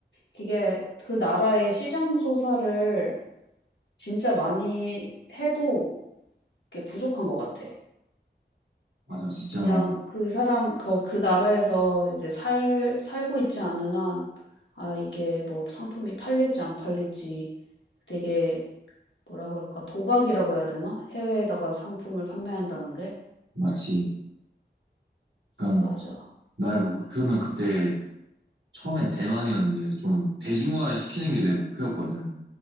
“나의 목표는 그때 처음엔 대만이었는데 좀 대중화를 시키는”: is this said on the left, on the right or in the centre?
Right